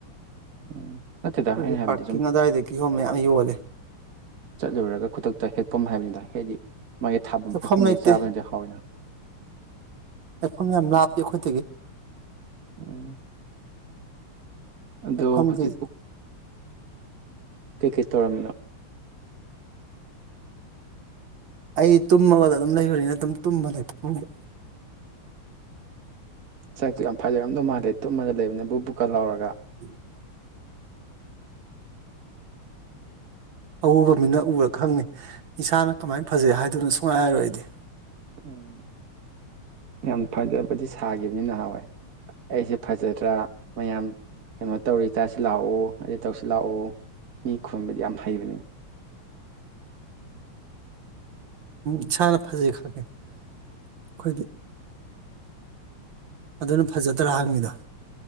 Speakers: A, on the right; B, on the right.
A: ꯎꯝ ꯅꯠꯇꯦꯗ
B: ꯑꯩꯈꯣꯏꯒꯤ
A: ꯑꯩꯅ ꯍꯥꯏꯕꯗꯤ
B: ꯄꯥꯔꯀꯤꯡ
A: ꯁꯨꯝ
B: ꯑꯗꯨꯋꯥꯏꯗ ꯀꯤꯍꯣꯝ ꯃꯌꯥꯝ ꯌꯣꯂꯤ
A: ꯆꯠꯂꯨꯔꯒ ꯈꯨꯗꯛꯇ ꯍꯦꯛꯐꯝ ꯍꯥꯏꯕꯅꯤꯗ ꯍꯥꯏꯗꯤ ꯃꯥꯒꯤ ꯊꯥꯐꯝ
B: ꯂꯩꯐꯝ
A: ꯍꯦꯛꯐꯝꯗꯒꯤ
B: ꯂꯩꯇꯦ
A: ꯆꯥꯕꯅꯗꯤ ꯍꯥꯎꯋꯤꯅ
B: ꯍꯦꯛꯐꯝ ꯌꯥꯝ ꯂꯥꯞꯄꯤ ꯑꯩꯈꯣꯏꯗꯒꯤ
A: ꯎꯝ ꯑꯗꯣ
B: ꯂꯩꯐꯝꯗꯤ
A: ꯍꯧꯖꯤꯛꯄꯨ ꯀꯩꯀꯩ ꯇꯧꯔꯝꯃꯤꯅꯣ
B: ꯑꯩ ꯇꯨꯝꯃꯒꯗ ꯑꯗꯨꯝ ꯂꯩꯕꯅꯤꯅ ꯑꯗꯨꯝ ꯇꯨꯝꯕꯅꯦ ꯇꯨꯝꯕ
A: ꯁꯥꯛꯇꯤ ꯌꯥꯝ ꯐꯖꯔꯝꯗꯧ ꯃꯥꯜꯂꯦ ꯇꯨꯝꯃꯒꯗ ꯂꯩꯕꯅꯤꯅ ꯕꯨꯞ ꯕꯨꯞꯀ ꯂꯧꯔꯒ
B: <inaudible> ꯑꯎꯕ ꯃꯤꯅ ꯎꯔ ꯈꯪꯅꯤ ꯏꯁꯥꯅ ꯀꯃꯥꯏꯅ ꯐꯖꯩ ꯍꯥꯏꯗꯣꯢꯅꯣ ꯁꯨꯡꯍꯥꯏ ꯍꯥꯏꯔꯣꯏ ꯑꯩꯗꯤ
A: ꯎꯝ ꯌꯥꯝ ꯐꯖꯕꯗꯤ ꯁꯥꯈꯤꯕꯅꯤ ꯅꯍꯥꯟꯋꯥꯏ ꯑꯩꯁꯦ ꯐꯖꯗ꯭ꯔꯥ ꯃꯌꯥꯝ ꯀꯩꯅꯣ ꯇꯧꯔꯤ ꯏꯇꯥꯁꯤ ꯂꯥꯛꯑꯣ ꯑꯗ ꯇꯧꯔꯁꯤ ꯂꯥꯛꯑꯣ ꯃꯤ ꯈꯣꯏꯟꯕꯗꯤ ꯌꯥꯝ ꯍꯩꯕꯅꯤ
B: ꯏꯁꯥꯅ ꯐꯖꯩ ꯈꯪꯉꯦ ꯑꯩꯈꯣꯏꯗꯤ ꯑꯗꯨꯅ ꯐꯖꯗ꯭ꯔꯥ ꯍꯪꯉꯤꯗꯣ